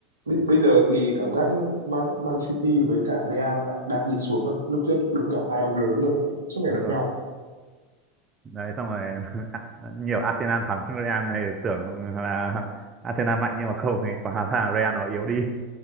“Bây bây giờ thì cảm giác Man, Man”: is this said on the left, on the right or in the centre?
Right